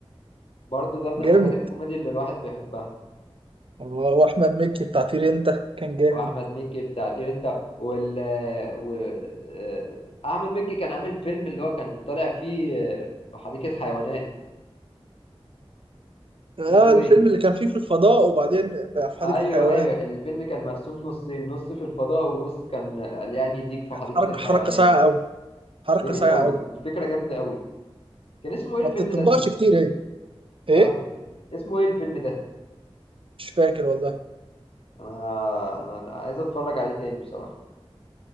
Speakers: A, on the left; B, on the right.
A: برضه ده من
B: جامد
A: الحاجات الكوميدي اللي الواحد بيحبها
B: الله واحمد مكي بتاع طير انت كان جامد
A: واحمد مكي بتاع طير انت وال و... آه، احمد مكي كان عامل فيلم اللي هو كان طالع فيه آه، في حديقة حيوانات
B: اه
A: اسمه
B: الفيلم
A: ايه
B: اللي كان فيه في الفضاء وبعدين بقى في حديقة
A: ايوه
B: حيوان
A: ايوه الفيلم كان مقسوم نصين نص في الفضاء ونص كان آه، يعني ديك في
B: كانت
A: حديقة
B: حركة
A: الحيوانات
B: حركة صايعة قوي حركة
A: جميل
B: صايعة
A: قوي
B: قوي
A: الفكرة جامدة قوي كان اسمه ايه
B: ما
A: الفيلم
B: بتطبقش
A: ده زميلي
B: كتير ايه ايه
A: اه اسمه ايه الفيلم ده
B: مش فاكر والله
A: انا انا عايز اتفرج عليه تاني بصراحة